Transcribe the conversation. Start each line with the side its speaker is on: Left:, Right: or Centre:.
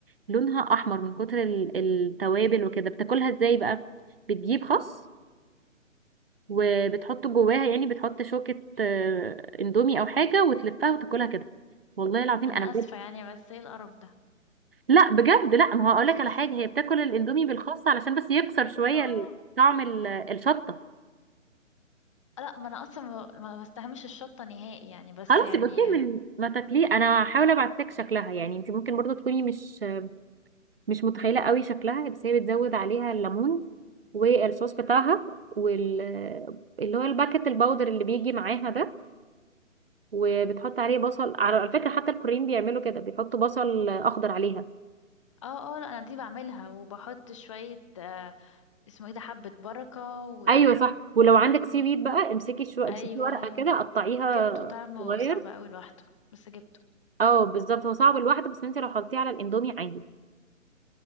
Right: لونها احمر من كتر ال- التوابل وكده بتاكلها ازاي بقى بتجيب خس وبتحط جواها يعني بتحط شوكة آه، اندومي او حاجة وتلفها وتاكلها كده والله العظيم
Left: أنا
Right: انا
Left: آسفة
Right: بجد
Left: يعني بس إيه القرف ده
Right: لا بجد لا ما هو هقول
Left: <laughs>
Right: لك على حاجة هي بتاكل الاندومي بالخس علشان بس يكسر شوية
Left: اه
Right: ال- طعم ال- الشطة
Left: لا ما أنا أصلا ما ما بستحملش الشطة نهائي يعني بس
Right: خلاص
Left: يعني
Right: يبقى كده من ما تاكليه انا هحاول ابعت لك شكلها يعني انت ممكن برضو تكوني مش مش متخيله قوي شكلها بس هي بتزود عليها الليمون والصوص بتاعها وال اللي هو الباكت الباودر اللي بيجي معاها ده وبتحط عليه بصل على فكره حتى الكوريين بيعملوا كده بيحطوا بصل اخضر عليها
Left: اه اه لا انا دي بعملها وبحط شوية آه اسمه ايه ده حبة بركة و
Right: ايوه صح ولو عندك سي ويد بقى امسكي شو امسكي
Left: ايوه
Right: ورقه كده قطعيها
Left: جبته طعمه
Right: صغير
Left: صعب اوي لوحده بس جبته
Right: اه بالظبط هو صعب لوحده بس انت لو حطيتيه على الاندومي عادي